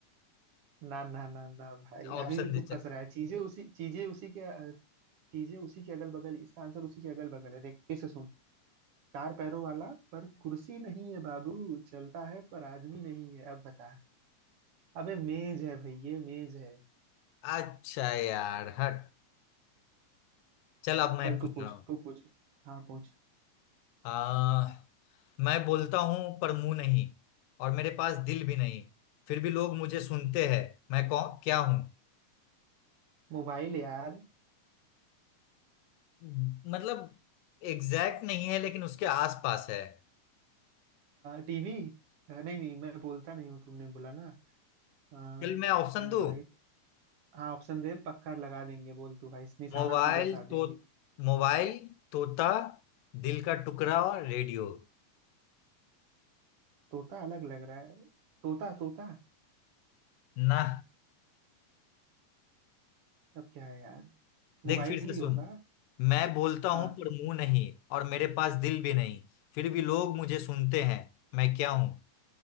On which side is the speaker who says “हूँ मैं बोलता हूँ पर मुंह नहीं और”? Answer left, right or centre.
Left